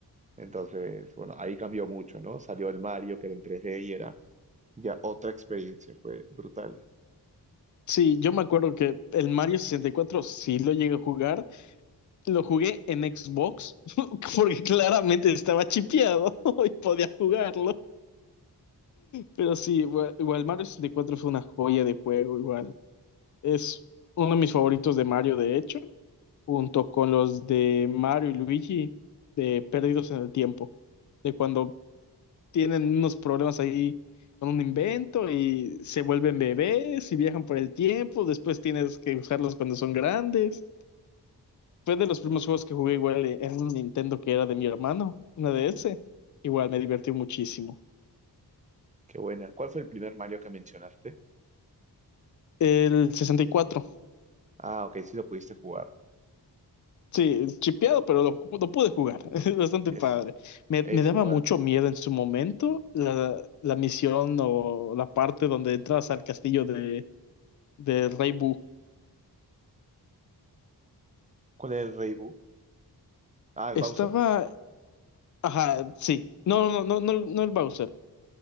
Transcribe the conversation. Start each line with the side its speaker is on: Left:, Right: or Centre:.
Right: Entonces, bueno, ahí cambió mucho, ¿no? Salió el Mario que era en 3D y era ya otra experiencia, fue brutal.
Left: Sí, yo me acuerdo que el Mario 64 sí lo llegué a jugar. Lo jugué en Xbox <laughs> porque claramente estaba chipeado <laughs> y podía jugarlo. Pero sí, igual, igual Mario 64 fue una joya de juego, igual. Es uno de mis favoritos de Mario, de hecho, junto con los de Mario y Luigi de Perdidos en el Tiempo, de cuando tienen unos problemas ahí con un invento y se vuelven bebés y viajan por el tiempo, después tienes que usarlos cuando son grandes. Fue de los primeros juegos que jugué igual en un Nintendo que era de mi hermano, una DS. Igual me divertí muchísimo.
Right: Qué buena. ¿Cuál fue el primer Mario que mencionaste?
Left: El sesenta y cuatro
Right: Ah, ok, sí lo pudiste jugar.
Left: Sí, chipeado, pero lo, lo pude jugar. <laughs> Es bastante
Right: Es,
Left: padre. Me,
Right: es
Left: me daba
Right: igual.
Left: mucho miedo en su momento la, la misión o la parte donde entras al castillo de, de Rey Boo.
Right: ¿Cuál es el Rey Boo? Ah, el
Left: Estaba.
Right: Bowser.
Left: Ajá, sí. No, no, no, no, no no el Bowser.